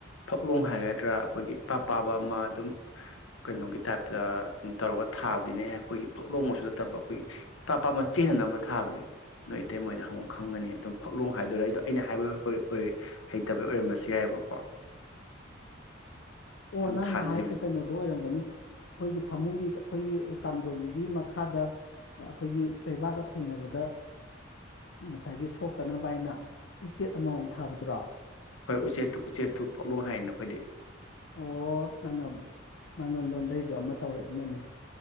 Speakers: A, on the left; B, on the left.
A: ꯐꯛꯂꯣꯡ ꯍꯥꯏꯒꯗ꯭ꯔꯥ ꯑꯩꯈꯣꯏꯒꯤ ꯏꯄꯥ ꯄꯥꯕ ꯑꯃ ꯑꯗꯨꯝ ꯀꯩꯅꯣꯒꯤ ꯇꯥꯏꯞꯇ ꯑꯗꯨꯝ ꯇꯧꯔꯒ ꯊꯥꯕꯤꯅꯦ ꯑꯩꯈꯣꯏꯒꯤ ꯐꯛꯂꯣꯡ ꯃꯛꯁꯨ ꯅꯠꯇꯕ ꯑꯩꯈꯣꯏꯒꯤ ꯏꯄꯥ ꯄꯥꯕ ꯆꯦꯟꯅꯕ ꯊꯥꯕꯅꯦ ꯅꯣꯏ ꯏꯇꯩꯃꯥꯍꯣꯏꯗ ꯍꯪꯉꯣ ꯈꯪꯒꯅꯤ ꯑꯗꯨꯝ ꯐꯛꯂꯣꯡ ꯍꯥꯏꯗꯣꯏꯔ ꯑꯩꯗꯣ ꯑꯩꯅ ꯍꯥꯏꯕ ꯍꯣꯏ ꯍꯩꯇꯕꯩ ꯑꯣꯏꯔꯝꯕꯁꯨ ꯌꯥꯏꯕꯀꯣ
B: ꯑꯣ
A: ꯑꯗꯨꯝ
B: ꯅꯪꯅ
A: ꯊꯥꯅꯔꯤꯕꯅꯤ
B: ꯍꯥꯏꯁꯦ ꯀꯩꯅꯣꯗꯣ ꯑꯣꯏꯔꯝꯒꯅꯤ ꯈꯣꯏꯒꯤ ꯐꯃꯨꯡꯒꯤ ꯑꯩꯈꯣꯏꯒꯤ ꯀꯥꯡꯗꯣꯟꯁꯤꯒꯤ ꯃꯈꯥꯗ ꯑ ꯑꯩꯈꯣꯏꯒꯤ ꯂꯩꯕꯥꯛꯀ ꯊꯦꯡꯅꯕꯗ ꯉꯁꯥꯏꯒꯤ ꯁꯣꯛꯇꯅꯕ ꯍꯥꯏꯅ ꯎꯆꯦꯠ ꯑꯃꯃꯝ ꯊꯥꯕꯗꯨꯔꯣ
A: ꯍꯣꯏ ꯎꯆꯦꯠꯇꯨ ꯎꯆꯦꯠꯇꯨ ꯐꯛꯂꯣꯡ ꯍꯥꯏꯅ ꯑꯩꯈꯣꯏꯗꯤ
B: ꯑꯣ ꯅꯪꯅ ꯅꯪꯅ ꯂꯣꯟꯗꯩꯗꯣ ꯑꯃ ꯇꯧꯔꯦ ꯑꯗꯨꯅꯅꯤ